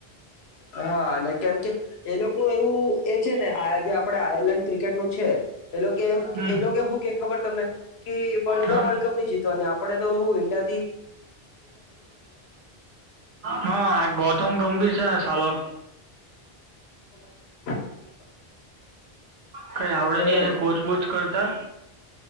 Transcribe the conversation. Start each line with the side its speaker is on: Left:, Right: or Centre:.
Left: હા અને કેમ કે એ લોકો ન એવું એ છે ને આ જે આપડે આયર્લેન્ડ ક્રિકે કેટ નું છે. એ લોકો એમ
Right: હમ
Left: એ લોકો કે હું કે ખબર તમને કે, વર્લ્ડ
Right: હા
Left: કપ વર્લ્ડ કપ નઈ જીતવાની, આપડે તો હું ઇન્ડિયા
Right: હા આ ગૌતમ ગંભીર છે. હાલો.
Left: <inaudible>
Right: કઈ આવડે
Left: તો
Right: નહી
Left: એજ
Right: અને કોચબોચ કરતા.